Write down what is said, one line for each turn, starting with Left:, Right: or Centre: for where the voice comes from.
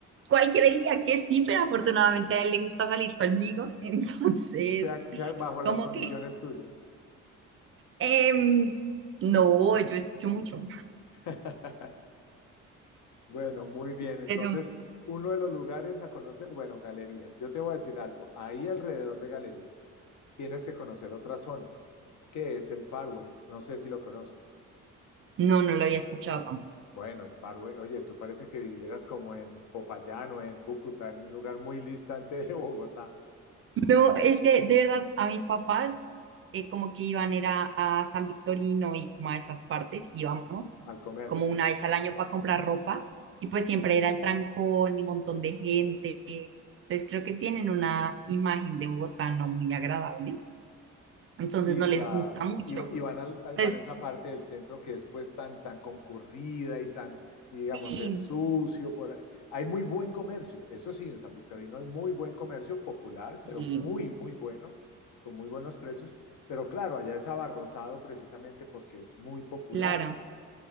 Right: cualquiera diría que sí, pero afortunadamente a él le gusta salir conmigo. <laughs> Entonces,
Left: sea, sea bajo las
Right: como
Left: condiciones
Right: que,
Left: tuyas.
Right: em, no, yo escucho mucho,
Left: <laughs> Bueno, muy bien, entonces...
Right: pero
Left: Uno de los lugares a conocer, bueno, galerías. Yo te voy a decir algo. Ahí alrededor de galerías tienes que conocer otra zona ¿Qué es el Parway? No sé si lo conoces.
Right: no, no lo había escuchado
Left: Bueno, el Parway, oye, tú parece que vivieras como en Popayán o en Cúcuta, en un lugar muy distante de <laughs> Bogotá,
Right: No, es que de verdad a mis papás eh, como que iban era a San Victorino y como a esas partes íbamos
Left: al comercio.
Right: como una vez al año para comprar ropa y pues siempre era el trancón y un montón de gente. Entonces creo que tienen una imagen de Bogotá no muy agradable,
Left: Sí,
Right: entonces no les
Left: claro.
Right: gusta mucho.
Left: Y, va- y van, al, al-
Right: Entonces
Left: van a esa parte del centro que después tan, tan concurrida y tan, y digamos,
Right: sí,
Left: es sucio. Por... ahí. Hay muy buen comercio, eso sí, en San Victorino hay muy buen comercio popular, pero
Right: sí,
Left: muy, muy bueno, con muy buenos precios. Pero claro, allá es abarrotado precisamente porque es muy popular.
Right: claro.